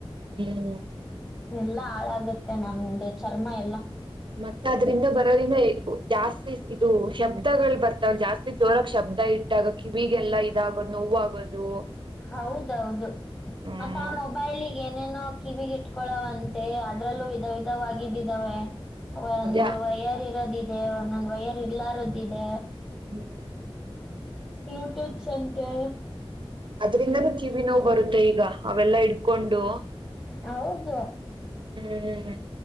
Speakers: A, on the right; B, on the left.
A: ಹ್ಮ್.
B: ಎಲ್ಲಾ ಹಾಳಾಗುತ್ತೆ ನಮ್ದು ಚರ್ಮ ಎಲ್ಲ.
A: ಮತ್ತ ಅದ್ರಿಂದ ಬರೋದ್ರಿಂದ ಜಾಸ್ತಿ ಇದು ಶಬ್ದಗಳು ಬರ್ತಾವ ಜಾಸ್ತಿ. ಜೋರಕ್ ಶಬ್ದ ಇಟ್ಟಾಗ ಕಿವಿಗೆಲ್ಲಾ ಇದಾಗೋದು ನೋವುಾಗೋದು.
B: ಹೌದೌದು
A: ಹ್ಮ್
B: ಮತ್ತ ಆ ಮೊಬೈಲ್ಗೆ ಏನೇನೋ ಕಿವಿಗೆ ಇಟ್ಕೊಳವಂತೆ. ಅದ್ರಲ್ಲೂ ವಿಧ ವಿಧವಾಗಿದ್ದಿದ್ದಾವೆ ಒಂದು
A: ಅದ್ಯಾ
B: ವಯರ್ ಇರೋದ. ಇದೇ ಒಂದ ಒಂದ ವಯರ್ ಇರ್ಲಾರಧಿದೆ.
A: ಹ್ಮ್.
B: ಬ್ಲೂಟೂತ್ಸ್ ಅಂತು.
A: ಅದ್ರಿಂದಲೂ ಕಿವಿ ನೋವು ಬರುತ್ತೆ ಈಗ ಅವೆಲ್ಲಾ ಇಡ್ಕೊಂಡು.
B: ಹೌದು.
A: ಹ್ಮ್.